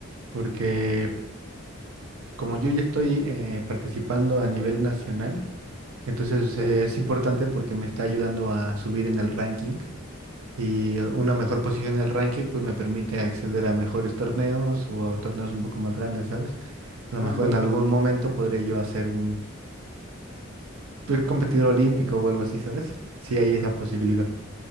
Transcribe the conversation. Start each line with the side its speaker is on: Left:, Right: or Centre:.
Right: porque como yo ya estoy eh, participando a nivel nacional, entonces
Left: Ok.
Right: eh, es importante porque me está ayudando a subir en el ranking y eh, una mejor posición en el ranking pues me permite acceder a mejores torneos o a torneos un poco más grandes, ¿sabes? A
Left: Ah,
Right: lo mejor
Left: entonces,
Right: en algún momento podría yo hacer un pues, competidor olímpico o algo así, ¿sabes? Si hay esa posibilidad.